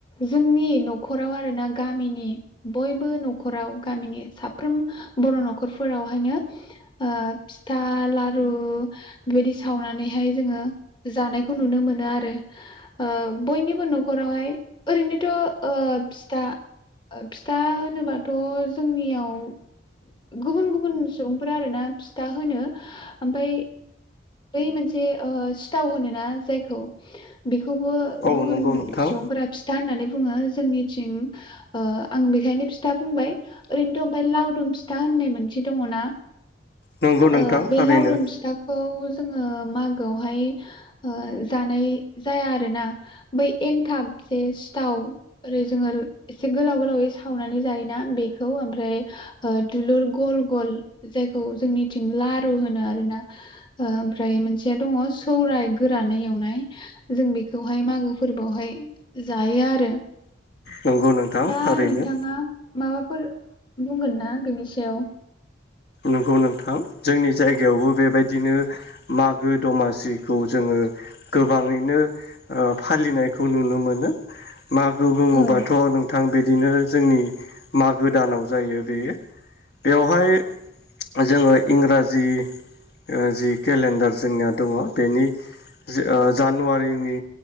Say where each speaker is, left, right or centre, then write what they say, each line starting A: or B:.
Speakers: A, on the left; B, on the left.
A: जोंनि न'खराव आरोना गामिनि बयबो न'खराव गामिनि साफ्रोम बर' न'खरफोरावहायनो ओ फिथा लारु बेदि सावनानैहाय जोङो जानायखौ नुनो मोनो आरो ओ बयनिबो न'खरावहाय ओरैनोथ' ओ फिथा फिथा होनोबाथ' जोंनियाव गुबुन गुबुन सुबुंफोरा आरोना फिथा होनो ओमफ्राय बै मोनसे ओ सिथाव होनोना जायखौ बेखौबो
B: औ
A: गुबुन
B: नंगौ नोंथां
A: सुबुंफोरा फिथा होननानै बुङो जोंनिथिं ओ आं बेखायनो फिथा बुंबाय ओरैनोथ' ओमफ्राय लावदुम फिथा होननाय मोनसे दङना
B: नंगौ नोंथां
A: ओ बे
B: थारैनो
A: लावदुम फिथाखौ जोङो मागोआवहाय ओ जानाय जाया आरोना बै एन्थाब जे सिथाव ओरै जोङो एसे गोलाव गोलावै सावनानै जायोना बेखौ ओमफ्राय दुलुर गल गल जायखौ जोंनिथिं लारु होनो आरोना ओमफ्राय मोनसेया दङ सौराय गोरानै एवनाय जों बेखौहाय मागो फोर्बोआवहाय जायो आरो
B: नंगौ नोंथां
A: दा
B: थारैनो
A: नोंथाङा माबा फोर बुंगोन ना बेनि सायाव
B: नंगौ नोंथां जोंनि जायगायावबो बेबायदिनो मागो दमासिखौ जोङो गोबाङैनो ओ फालिनायखौ नुनो मोनो मागो बुङोबाथ'
A: औ
B: नोंथां बे बिनो जोंनि मागो दानाव जायो बेयो बेवहाय जोङो इंराजि ओ जि केलेन्डार जोंनिया दङ बेनि ओ जानुवारिनि